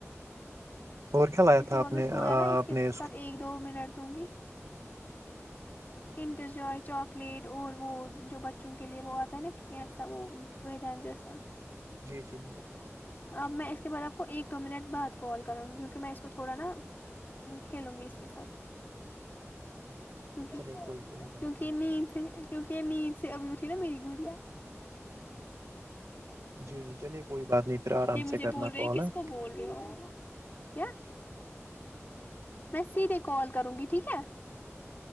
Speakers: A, on the right; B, on the left.
A: اور کیا لایا
B: اس کے
A: تھا آپ
B: بعد میں
A: نے
B: تھوڑا
A: آپ
B: نا اس کے
A: نے
B: ساتھ
A: کو
B: ایک دو منٹ دوں گی کنٹر جائے چاکلیٹ اور وہ جو بچوں کے لیے وہ آتا ہے نا سا وہ بدان جیسا <unintelligible>
A: جی جی مجھے پتاہے
B: اب میں اس کے بعد آپ کو ایک دو منٹ بعد کال کروں گی کیونکہ میں اس کو تھوڑا نا کھیلوں گی اس کے ساتھ کیونکہ
A: چلیے کوئی کوئی بات
B: کیونکہ ا نہیں سے کیونکہ نیند سے ابھی اٹھی نا میری گڑیا
A: جی جی چلیے کوئی بات نہیں پھر آرام
B: یہ مجھے
A: سے کرنا
B: بول رہے
A: کال
B: کس
A: ہے
B: کو بول رہے ہو کیا میں سیرے کال کروں گی ٹھیک ہے